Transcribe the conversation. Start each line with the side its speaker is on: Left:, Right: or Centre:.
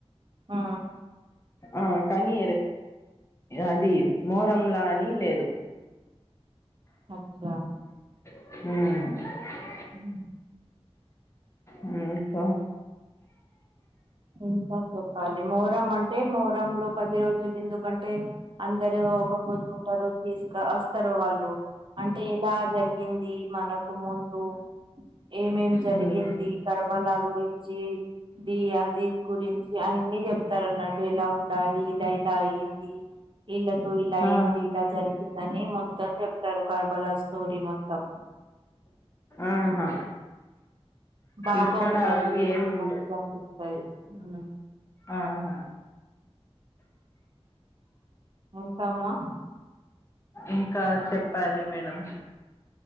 Right: ఆ
Left: ఆ కానీ అది మోరంలా అని లేదు
Right: అచ్చా
Left: హ
Right: ఉ
Left: ఉ ఇంకా
Right: ఇంకా చెప్పాలి మోరం అంటే మోరంలో పది రోజులు ఎందుకంటే అందరు ఒకపోద్దు ఉంటారు తీస్ కాస్ స్తారు వాళ్ళు అంటే ఎలా జరిగింది మనకు ముందు ఏమేం జరిగింది
Left: మ్మ్
Right: కర్బలా గురించి ది దిడ్ గురించి అన్ని చెప్తారు అన్నట్టు ఎలా ఉండాలి లైక్ ఇలా అయింది ఈల్ల తో ఇలా అయింది
Left: ఆ
Right: ఇలా జరిగిందని మొత్తం చెప్తరు కర్బలా స్టోరీ మొత్తం
Left: ఆహా
Right: బాగా
Left: ఇక్కడ
Right: ఉంటది
Left: అవి
Right: వెళ్తే
Left: ఏం
Right: మంచిగా
Left: లేదు
Right: అనిపిస్తు సరి ఉమ్
Left: ఆహా
Right: ఇంకా మా
Left: ఇంకా చెప్పాలి మేడం